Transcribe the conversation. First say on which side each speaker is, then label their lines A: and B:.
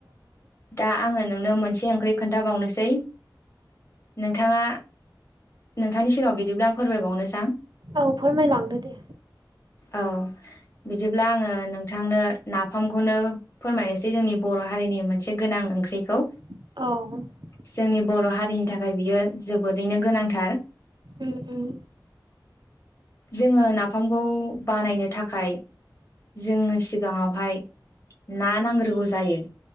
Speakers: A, on the left; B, on the right.
A: दा आङो नोंनो मोनसे ओंख्रै खोन्थाबावनोसै नोंथाङा नोंथांनि सिगाङाव बिदिब्ला फोरमायबावनोसां
B: औ फोरमायलांदो दे
A: औ। बिदिब्ला आंङो नोंथांनो नाफामखौनो फोरमायनोसै जोंनि बर' हारिनि मोनसे गोनां ओंख्रिखौ
B: औ
A: जोंनि बर' हारिनि थाखाय बियो जोबोरैनो गोनांथार
B: उम उम
A: जोङो नाफामखौ बानायनो थाखाय जोंनो सिगाङावहाय ना नांग्रोगौ जायो।